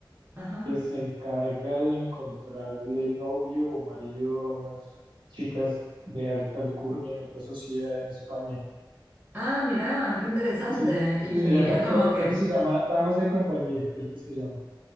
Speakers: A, on the right (about 20°); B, on the right (about 70°).
A: Ajá.
B: que se encarga de encontrarle novio o marido a unas chicas de alta alcurnia, alta sociedad en España.
A: Ah, mirá, qué interesante.
B: Sí,
A: Y
B: se llama,
A: es
B: creo,
A: como que
B: creo que se llama Damas de Compañía, creo que se llama.